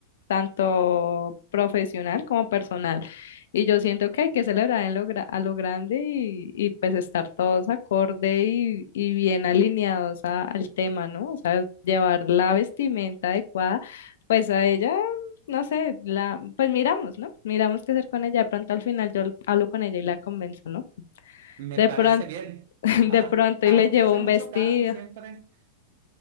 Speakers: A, on the left (about 60°); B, on the right (about 55°).
A: tanto profesional como personal. Y yo siento que hay que celebrar en lo gra- a lo grande y, y pues estar todos acorde y, y bien alineados a- al tema, ¿no? O sea, llevar la vestimenta adecuada, pues a ella, no sé, la, pues miramos, ¿no? Miramos qué hacer con ella. De pronto al final yo hablo con ella y la convenzo, ¿no?
B: me
A: De
B: parece
A: pronto,
B: bien.
A: <laughs>
B: Ajá.
A: de pronto
B: A
A: y le
B: ti
A: llevo
B: te hace
A: un
B: mucho
A: vestido.
B: caso siempre.